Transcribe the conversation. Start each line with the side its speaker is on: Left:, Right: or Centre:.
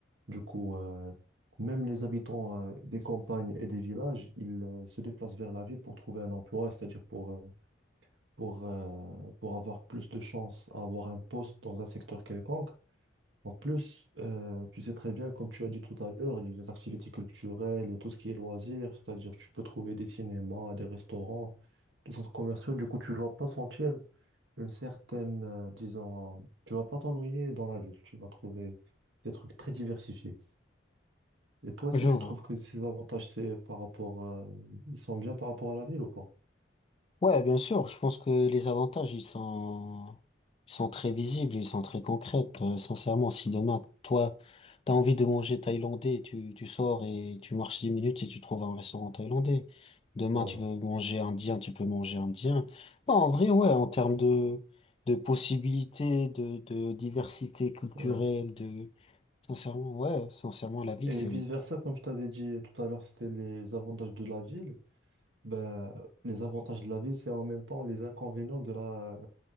Right: Du coup, euh, même les habitants euh, des campagnes et des villages, ils euh, se déplacent vers la ville pour trouver un emploi, c'est-à-dire pour, euh, pour, euh, pour avoir plus de chances à avoir un poste dans un secteur quelconque. En plus, euh, tu sais très bien, comme tu as dit tout à l'heure, les activités culturelles et tout ce qui est loisirs, c'est-à-dire tu peux trouver des cinémas, des restaurants, des centres commerciaux. Du coup, tu ne vas pas sentir une certaine, euh, disons, tu vas pas t'ennuyer dans la ville, tu vas trouver des trucs très diversifiés. Et toi, est-ce
Left: je
Right: que tu
Left: vois.
Right: trouves que ces avantages, c'est par rapport, euh, ils sont bien par rapport à la ville ou pas?
Left: Ouais, bien sûr, je pense que les avantages, ils sont, ils sont très visibles, ils sont très concrets. Euh, sincèrement, si demain, toi, t'as envie de manger thaïlandais, tu, tu sors et tu marches 10 minutes et tu trouves un restaurant thaïlandais. Demain,
Right: Voilà,
Left: tu veux manger indien, tu peux manger indien. Non, en vrai, ouais, en termes de, de possibilités, de, de diversité culturelle,
Right: ouais.
Left: de, sincèrement, ouais, sincèrement, la ville,
Right: Et
Left: c'est
Right: vice-versa, comme je t'avais dit tout à l'heure, c'était les avantages de la ville. Ben, les avantages de la ville, c'est en même temps les inconvénients de la, euh,